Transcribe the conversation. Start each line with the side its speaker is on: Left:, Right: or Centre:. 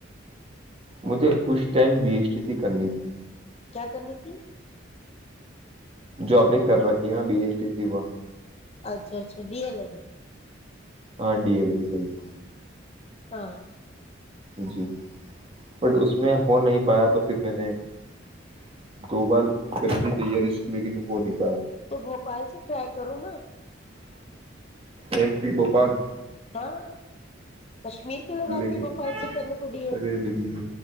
Right: مجھے اس ٹائم بی ایچ ڈٹی سی کرنی تھی <unintelligible>
Left: کیا کرنی تھی <unintelligible>
Right: جو آپ نے کر رکھی ہے نا بی ایس ٹی سی وہ <unintelligible>
Left: اچھا اچھا ڈیل ای ڈی <unintelligible>
Right: آاں ڈی ایل بھائی <unintelligible>
Left: ہاں <unintelligible>
Right: جی بٹ اس میں ہو نہیں پایا تو پھر میں نے <unintelligible> <unintelligible> دو بار کری تی تیاری اس لیکن ہو نہیں <unintelligible>
Left: تو بوپال سے رائی کرو نا <unintelligible>
Right: ایم پی بوپال <unintelligible>
Left: ہاں کشمیر کے لوگ آتے
Right: لیکن
Left: ہیں بھوپال سے کرنے کو ڈی ایڈ
Right: ارے لیکن